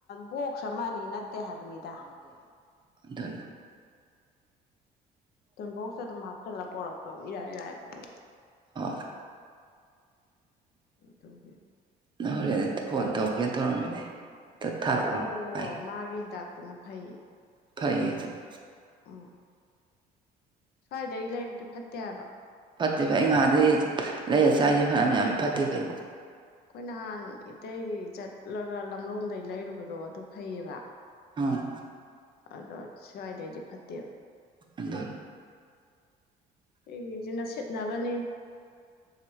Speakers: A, on the left (about 70°); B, on the right (about 30°).
A: ꯕꯣꯛꯁ ꯑꯃ ꯑꯅꯤ ꯅꯠꯇꯦ ꯍꯥꯏꯕꯅꯤꯗ
B: ꯑꯗꯨꯅꯤ
A: ꯇꯨꯝꯕꯣꯛꯁ ꯑꯗꯨꯝ ꯍꯥꯞꯆꯜꯂ ꯄꯣꯔꯛꯄ ꯏꯔꯥꯏ ꯂꯥꯏꯕꯗꯕꯨ
B: ꯑꯥ
A: <unintelligible>
B: ꯅꯪ ꯍꯣꯔꯦꯟ ꯐꯣꯟ ꯇꯧꯒꯦꯅ ꯇꯧꯔꯝꯃꯤꯅꯦ ꯊꯥꯔꯛꯑꯣꯅ
A: ꯇꯧꯋꫭ
B: ꯍꯥꯏꯒꯤ
A: ꯃꯥꯒꯤ ꯍꯤꯗꯥꯛꯇꯨꯅ ꯐꯩꯌꯦ
B: ꯐꯩꯌꯦ ꯑꯗꯨꯝ
A: ꯎꯝ ꯁ꯭ꯋꯥꯏꯗꯩ ꯂꯩꯕꯗꯤ ꯐꯠꯇꯦꯍꯥꯏꯕꯥ
B: ꯐꯠꯇꯦ ꯐꯩ ꯉꯍꯥꯟꯗꯒꯤ ꯂꯩꯔ ꯆꯥꯥꯏꯁꯦ ꯐꯅꯌꯥꯝ ꯌꯥꯝꯃꯤ ꯐꯠꯇꯦ ꯀꯩꯅꯣ
A: ꯑꯩꯈꯣꯏ ꯅꯍꯥꯟ ꯏꯇꯩꯗꯤ ꯆꯠꯂꯒ ꯂꯝꯂꯣꯡꯗꯩ ꯂꯩꯔꯨꯕꯗꯣ ꯑꯗꯨ ꯐꯩꯌꯦꯕ
B: ꯑ
A: ꯑꯗꯣ ꯁ꯭ꯋꯥꯏꯗꯩꯗꯤ ꯐꯠꯇꯦꯕ
B: ꯑꯗ
A: ꯑꯩꯒꯤꯖꯤꯅ ꯁꯦꯠꯅꯕꯅꯤ